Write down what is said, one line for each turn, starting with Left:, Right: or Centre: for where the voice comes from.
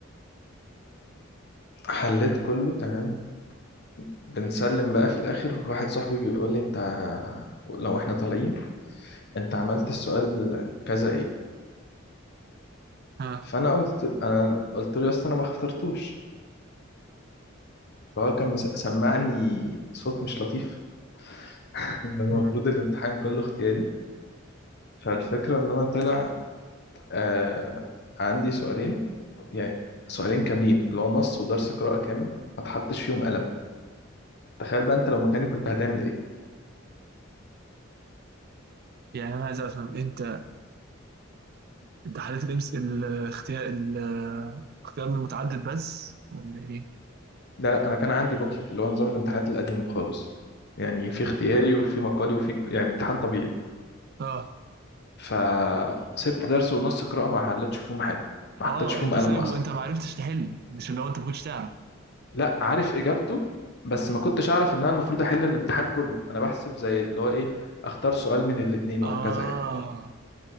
Left: فحليت كله تمام بنسلم بقى في الآخر واحد صاحبي بيقول لي أنت لو إحنا طالعين أنت عملت السؤال كذا إيه
Right: ها
Left: فأنا قلت أنا قلت له أصل أنا ما اخترتوش فهو كان مس- سمعني صوت مش لطيف <laughs> المفروض
Right: مم.
Left: الامتحان كله اختياري فالفكرة إن أنا طلع آه عندي سؤالين يعني سؤالين كاملين اللي هو نص ودرس قراءة كامل ما اتحطش فيهم قلم تخيل بقى أنت لو مكاني كنت هتعمل إيه
Right: يعني أنا عايز أفهم أنت امتحانات الإمس الاختيار الاختيار من المتعدد بس ولا إيه؟
Left: لا لا انا كان عندي بوكلت اللي هو نظام الامتحانات القديم خالص يعني في اختياري وفي مقالي وفي يعني امتحان طبيعي
Right: آه
Left: فسبت درس ونص قراءة ما حلتش فيهم حاجة ما
Right: آه
Left: حطيتش فيهم
Right: أنت
Left: قلم
Right: سايبه
Left: اصلا
Right: أنت ما عرفتش تحل مش اللي هو أنت ما كنتش تعرف
Left: لا عارف اجابته بس ما كنتش اعرف ان انا المفروض احل الامتحان كله انا بحسب زي اللي هو ايه اختار سؤال من الاتنين وهكذا
Right: آه
Left: يعني